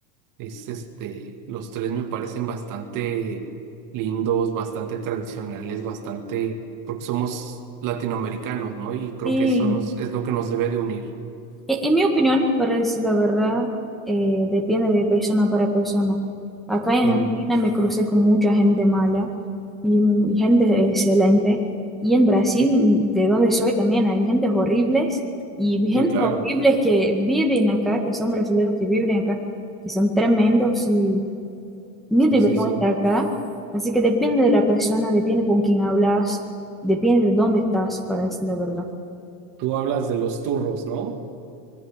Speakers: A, on the right (about 40°); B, in the centre.
A: es este, los tres me parecen bastante lindos, bastante tradicionales, bastante, porque somos latinoamericanos, ¿no? Y creo
B: sí.
A: que eso nos, es lo que nos debe de unir.
B: E- En mi opinión, para decir la verdad, eh, depende de persona para persona. Acá en
A: Mm,
B: Argentina me crucé con mucha gente mala y, y gente excelente. Y en Brasil, de donde soy, también hay gentes horribles y gente
A: sí, claro.
B: horribles que viven acá, que son brasileños que viven acá, que son tremendos y ni
A: Sí,
B: deberían
A: sí, sí.
B: estar acá. Así que depende de la persona, depende con quién hablas, depende de dónde estás, para decir la verdad.
A: Tú hablas de los turros, ¿no?